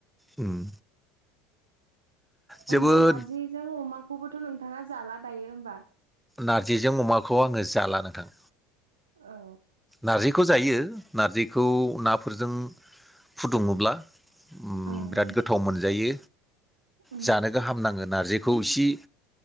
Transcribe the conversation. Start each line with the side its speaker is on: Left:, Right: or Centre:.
Centre: उम। जोबोद
Right: होमबा नारजिजों अमाखौबोथ' नोंथाङा जाला दायो होमबा।
Centre: नारजिजों अमाखौ आङो जाला नोंथां।
Right: औ।
Centre: नार्जिखौ जायो नारजिखौ नाफोरजों फुदुङोब्ला उम
Right: ओं
Centre: बिराद
Right: ओं
Centre: गोथाव मोनजायो।
Right: उम
Centre: जानो गाहाम नाङो नारजिखौ इसि